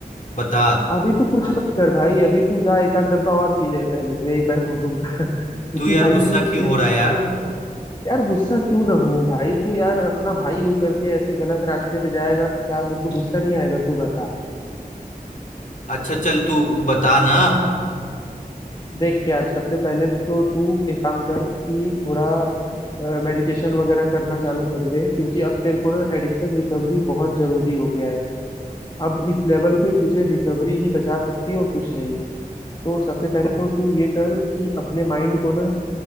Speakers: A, on the left; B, on the left.
A: बता
B: अभी तू कुछ हाँ मत कर भाई अभी तू जा एक आध डब्बा और पी ले पहले तो एक मैं बोलूंगा <laughs> क्योंकि
A: तू यार
B: भाई
A: गुस्सा
B: तू
A: क्यों हो
B: इस
A: रहा
B: तरीके
A: है यार
B: यार गुस्सा क्यों ना हो भाई तू यार अपना भाई हो करके ऐसे गलत रास्ते पे जाएगा तो क्या मेरे को गुस्सा नहीं आएगा तू बता
A: अच्छा चल तू बता ना
B: देख यार सबसे पहले तो तू एक काम कर कि थोड़ा मेडिटेशन वगैरह करना चालू कर दे क्योंकि अब तेरे को ना एडिक्शन रिकवरी बहुत जरूरी हो गया है अब इस लेवल पे तुझे रिकवरी ही बचा सकती है और कुछ नहीं तो सबसे पहले तो तू ये कर कि अपने माइंड को ना